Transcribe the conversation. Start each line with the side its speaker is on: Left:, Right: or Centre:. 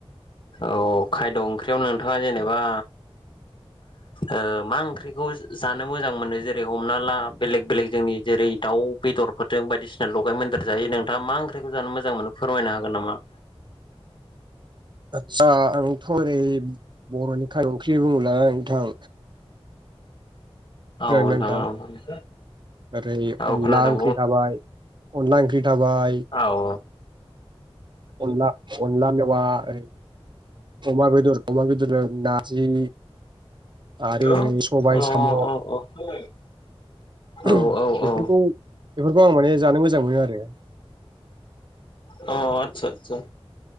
Left: औ खायद' ओंख्रियाव नोंथाङा जेनेबा
Right: <inaudible>
Left: ओ मा ओंख्रिखौ जानो मोजां मोनो जेरै-हमना ला बेलेग बेलेग जोंनि जेरै- दाउ बे दरफोरजों बायदिसिना लगायमोनदेर जायो। नोंथाङा मा ओंख्रिखौ जानो मोजां मोनो फोरमायनो हागोन नामा?
Right: <inaudible> आत्सा आंथ' ओरै बर'नि खाय ओंख्रि बुङोब्ला नोंथां
Left: औ
Right: खोनादों ना नोंथां?
Left: औ
Right: ओरै
Left: औ
Right: अनला
Left: खोनादों
Right: ओंख्रि थाबाय अनला ओंख्रि थाबाय
Left: आव
Right: अनला अनला मेवाय, अमा बेदर अमा बेदरजों नारजि आरो
Left: हेलौ
Right: सबाय
Left: अ
Right: साम'
Left: अ अ अ
Right: बेफोरखौ
Left: औ औ औ
Right: बेफोरखौ आं माने जानो मोजां मोनो आरो
Left: अ आदसा आदसा